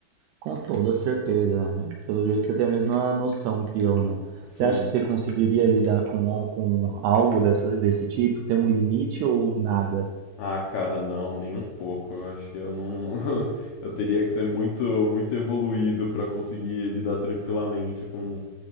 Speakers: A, on the right; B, on the left.
A: Com toda certeza. Pelo jeito você tem a mesma noção que eu, né?
B: Sim.
A: Você acha que você conseguiria lidar com, al- com algo dessa, desse tipo? Tem um limite ou nada?
B: Ah, cara, não, nem um pouco. Eu acho que eu não. <laughs> Eu teria que ser muito, muito evoluído pra conseguir lidar tranquilamente com,